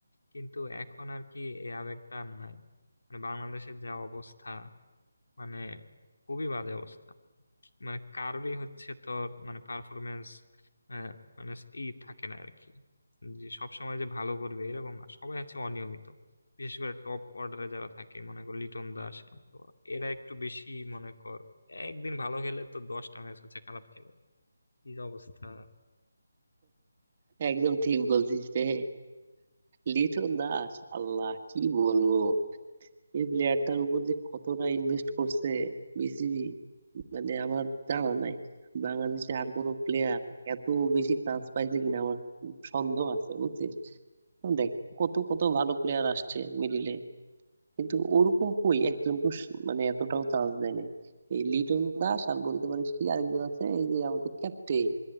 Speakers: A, on the left (about 80°); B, on the right (about 30°).
A: কিন্তু এখন আর কি এই আবেগটা আর নাই মানে বাংলাদেশের যা অবস্থা মানে খুবই বাজে অবস্থা মানে কারোরই হচ্ছে তোর মানে পারফরমেন্স মানে ই থাকে না আর কি যে সবসময় যে ভালো করবে এরকম না সবাই হচ্ছে অনিয়মিত বিশেষ করে টপ অর্ডারে যারা থাকে মনে কর লিটন দাস শান্ত এরা একটু বেশি মনে কর একদিন ভালো খেলে তো দশটা ম্যাচ হচ্ছে খারাপ খেলে কি যে অবস্থা
B: একদম ঠিক বলছিস রে লিটন দাস আল্লাহ কি বলবো এই প্লেয়ারটার উপর যে কতটা ইনভেস্ট করছে বিসিবি মানে আমার জানা নাই বাংলাদেশে আর কোনো প্লেয়ার এত বেশি চান্স পাইছে কিনা আমার সন্দেহ আছে বুঝছিস এখন দেখ কত কত ভালো প্লেয়ার আসছে মিডিলে কিন্তু ওরকম কই একজনকে স- মানে এতটাও চান্স দেয় নাই এই লিটন দাস আর বলতে পারিস কি আরেকজন আছে এই যে আমাদের ক্যাপ্টেন